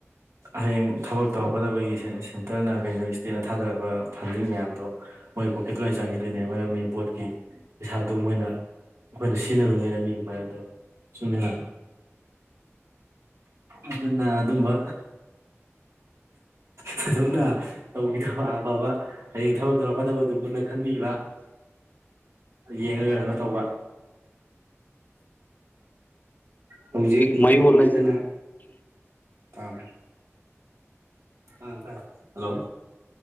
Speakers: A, on the right (about 70°); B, on the left (about 35°).
A: ꯍꯌꯦꯡ ꯊꯕꯛ ꯇꯧꯔꯛꯀꯗꯕꯒꯤ ꯁꯦꯟ ꯁꯦꯟꯇꯔꯅ ꯀꯩꯅꯣ ꯏꯁꯇꯦꯠꯅ ꯊꯥꯗꯔꯛꯄ ꯐꯟꯗꯤꯡ ꯃꯌꯥꯝꯗꯣ ꯃꯣꯏ ꯄꯣꯀꯦꯠꯇ ꯂꯥꯏ ꯆꯪꯒꯤꯗꯣꯏꯅꯦ ꯃꯔꯝꯗꯤ ꯕꯣꯠꯀꯤ ꯄꯩꯁꯥꯗꯨ ꯃꯣꯏꯅ ꯑꯈꯣꯏꯅ ꯁꯤꯖꯤꯟꯅꯔꯨꯅꯤꯅ ꯃꯤ ꯒꯤ ꯃꯔꯟꯗꯣ ꯆꯨꯝꯃꯦꯅ ꯑꯗꯨꯅ ꯑꯗꯨꯝꯕ ꯊꯣꯏꯗꯣꯛꯅ ꯇꯧꯕꯤꯗꯕ ꯑꯐꯕ ꯍꯌꯦꯡ ꯊꯕꯛ ꯇꯧꯔꯛꯀꯗꯕꯗꯨ ꯃꯨꯟꯅ ꯈꯟꯕꯤꯕ
B: <inaudible>
A: ꯌꯦꯡꯉꯒ ꯀꯩꯅꯣ ꯇꯧꯕ ꯍꯧꯖꯤꯛ
B: ꯃꯌꯣꯜ
A: ꯃꯥꯌꯣꯜ
B: ꯍꯥꯏꯁꯤꯅꯤ
A: ꯍꯥꯏꯗꯅꯥ ꯇꯥꯕ꯭ꯔꯥ ꯑꯥ ꯇꯥꯏ ꯍꯜꯂꯣ